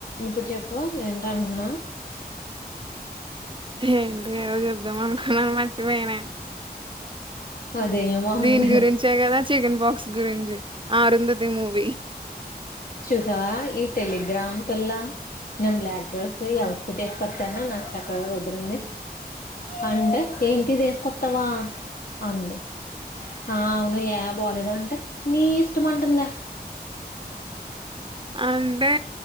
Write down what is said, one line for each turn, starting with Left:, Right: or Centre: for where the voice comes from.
Left: ఇప్పుడు చెప్పు ఇప్పు వేంటనే ఉన్న
Right: ఏంటే ఏదో చెప్దాం అనుకున్నాను మర్చిపోయానే
Left: అదే
Right: ఉమ్
Left: మోహంది
Right: దీని గురించే కదా చికెన్ బాక్స్ గురుంజి ఆ ఆరుంధతి మూవీ
Left: చూశావా ఇ టెలిగ్రామ్ పిల్ల నేను బ్లాక్ డ్రెస్ అవుట్ ఫిట్ వేసుకొస్తానా నాకు చక్కగా కుదిరింది అంటే ఏంటిది వేసుకొస్తావా అంది ఆ అవును ఏ బోలేదు అంటే నీ ఇష్టం అంటుందా
Right: అంటే